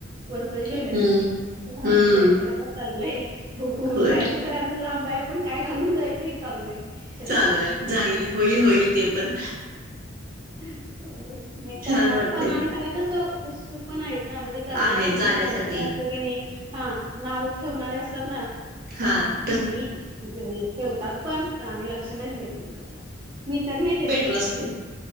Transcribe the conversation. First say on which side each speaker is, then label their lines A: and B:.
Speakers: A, on the right; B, on the right.
A: वरचय ज्वेलरी
B: हम्म
A: असं घालून
B: हम्म
A: जायचं आता चालय बघू
B: होय
A: जायचं तर अजून लांब आहे, पण काय घालून जायचं हे चालू आहे. चर्चा.
B: चालू आहे जाईल, होईल होईल ते पण.
A: होय नाही करतात
B: छान वाटते
A: पण आणि सगळ्या कस उत्सुक पण आहेत ना म्हणजे, करण्यासारख्या
B: आहे जाण्यासाठी
A: पण आहेत, की अस की नाही हा नाव ठेवणारे असतात ना.
B: हां!
A: आम्ही जुनी ठेवतात पण आम्ही लक्ष नाही देतं तिकड आता मी तर नाही देत.
B: रस्ते.